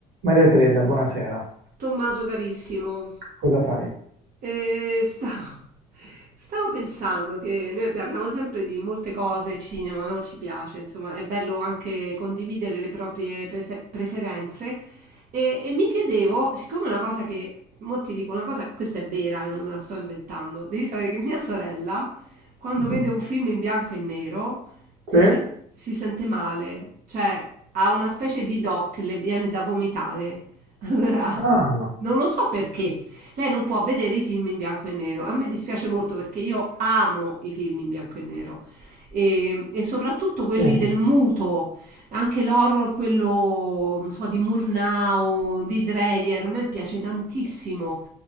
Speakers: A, on the right; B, on the right.
A: Maria Teresa, buonasera.
B: Tommaso carissimo,
A: Cosa fai?
B: eh, sta- stavo pensando che noi parliamo sempre di molte cose, cinema, no? Ci piace, insomma, è bello anche condividere le proprie prefe- preferenze e, e mi chiedevo, siccome una cosa che, mo ti dico una cosa, questa è vera e non me la sto inventando, devi sapere che mia sorella, quando Mm. vede un film in bianco e nero, si,
A: Sì?
B: sen- si sente male, cioè ha una specie di doc, le viene da vomitare. <laughs> Allora,
A: Ah,
B: non lo so perché. Lei non può vedere i film in bianco e nero. A me dispiace molto perché io amo i film in bianco e nero. E, e soprattutto quelli
A: sì.
B: del muto, anche l'horror, quello, non so, di Murnau, di Dreyer, a me piace tantissimo.